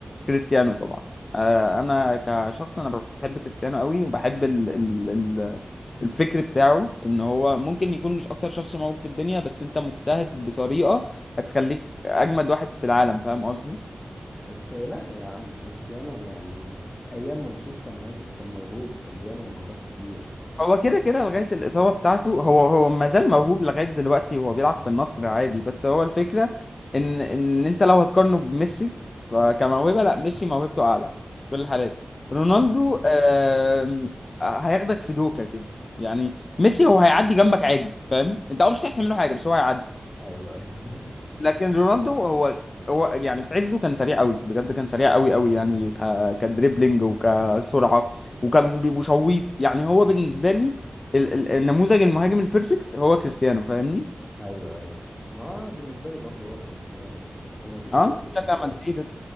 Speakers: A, on the left; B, on the left.
A: كريستيانو طبعا آه، انا كشخص انا بحب كريستيانو قوي وبحب ال ال ال الفكر بتاعه ان هو ممكن يكون مش اكتر شخص موهوب في الدنيا بس انت مجتهد بطريقة هتخليك اجمد واحد في العالم فاهم قصدي
B: بس لا يا عم كريستيانو يعني ايام مانشستر يونايتد كان موهوب وكان بيعمل مهارات كتير
A: هو كده كده لغاية الإصابة بتاعته هو هو ما زال موهوب لغاية دلوقتي وهو بيلعب في النصر عادي بس هو الفكرة إن إن أنت لو هتقارنه بميسي فكموهبة لا ميسي موهبته أعلى في كل الحالات رونالدو آم، هياخدك في دوكة كده يعني ميسي هو هيعدي جنبك عادي فاهم أنت أه مش هتعرف تعمل له حاجة بس هو هيعدي
B: ايوه ايوه
A: لكن رونالدو هو هو يعني في عزه كان سريع قوي بجد كان سريع قوي قوي يعني ك... كدريبلينج وكسرعه وكان بي- وشويط يعني هو بالنسبه لي ال... ال... النموذج المهاجم البيرفكت هو كريستيانو فاهمني؟
B: <laughs> ايوه ايوه ما هو انا بالنسبه لي برضو هو كريستيانو ومفيش
A: اه
B: غير
A: انت
B: كريستيانو
A: بتشجع مدريد